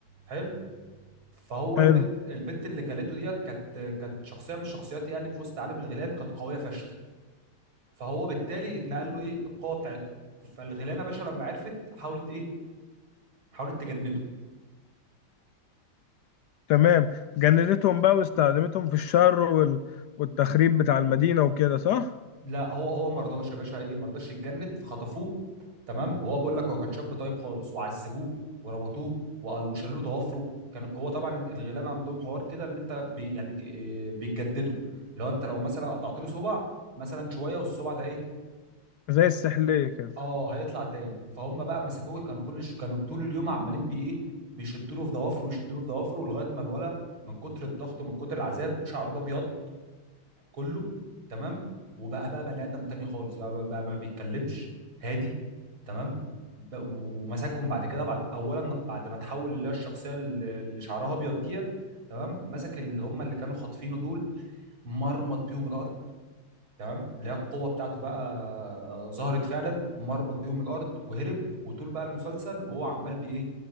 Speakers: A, on the right; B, on the left.
A: حلو فهو
B: حلو
A: البت البت اللي كلته ديت كانت كانت شخصيه من الشخصيات يعني في وسط عالم الغيلان كانت قويه فشخ فهو بالتالي اتنقل له ايه القوه بتاعته فالغيلانه باشا لما عرفت حاولت ايه حاولت تجنده
B: تمام جندتهم بقى واستخدمتهم في الشر وال... والتخريب بتاع المدينة وكده صح؟
A: لا هو هو ما رضاش يا باشا ايه ما رضاش يتجند فخطفوه تمام وهو بقول لك هو كان شاب طيب خالص وعذبوه وربطوه و- وشالوا له ضوافره كان هو طبعا الغيلان عندهم حوار كده ان انت بي يعني ج- إيه بيتجددوا لو انت لو مثلا قطعت له صبع مثلا شويه والصبع ده ايه
B: زي السحلية كده
A: اه هيطلع تاني فهم بقى مسكوه كانوا كل ش... كانوا طول اليوم عمالين بي ايه بيشدوا له في ضوافره ويشدوا له في ضوافره لغايه ما الولا من كتر الضغط ومن كتر العذاب شعره ده ابيض كله تمام وبقى بقى بني ادم تاني خالص بقى بقى, بقى ما بيتكلمش هادي تمام ب... ومسكهم بعد كده بعد اولا بعد ما تحول اللي هي الشخصيه اللي اللي شعرها ابيض ديت تمام مسك اللي هم اللي كانوا خاطفينه دول مرمط بيهم الارض تمام اللي هي القوه بتاعته بقى آه، ظهرت فعلا مرمط بيهم الارض وهرب وطول بقى المسلسل وهو عمال بايه